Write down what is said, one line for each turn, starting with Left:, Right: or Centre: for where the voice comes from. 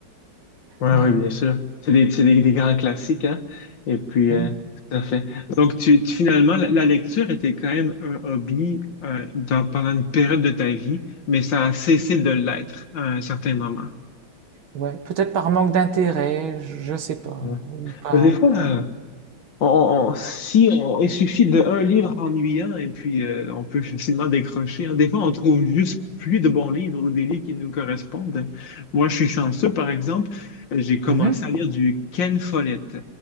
Left: Ouais,
Right: Mais
Left: ouais, bien sûr. C'est des, c'est des, des grands classiques, hein? Et puis,
Right: hmm,
Left: euh, tout à fait. Donc, tu, tu- finalement, la, la lecture était quand même un hobby euh, dans- pendant une période de ta vie, mais ça a cessé de l'être à un certain moment.
Right: ouais, peut-être par manque d'intérêt, je je sais pas,
Left: Ouais.
Right: ou pas.
Left: Des fois, On- on- on- si on, il suffit d'un livre ennuyant et puis euh, on peut facilement décrocher. hein. Des fois, on trouve juste plus de bons livres ou des livres qui nous correspondent. Moi, je suis chanceux, par exemple, euh, j'ai commencé
Right: Mhm.
Left: à lire du Ken Follett.